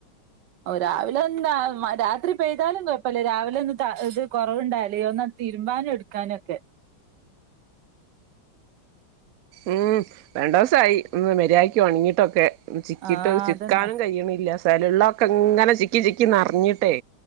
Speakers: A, on the right; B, on the right.
A: രാവിലെന്താ രാത്രി പെയ്താലും കൊഴ അപ്പല്ലേ രാവിലെ ഒന്ന് ഇത് കുറവുണ്ടല്ലേ ഒന്ന് തിരുമ്പാനും എടുക്കാനും ഒക്കെ
B: ഉം രണ്ടൂസായി ഒന്ന് മര്യാദക്ക്‌ ഒണങ്ങീട്ടൊക്കെ ചിക്കിട്ട്
A: ആഹ്
B: ചിക്കാനും
A: അതന്നെ
B: കഴിയ്ണില്ല സഥലള്ളക്കെങ്ങനെ ചിക്കി ചിക്കി നർഞ്ഞിട്ടേ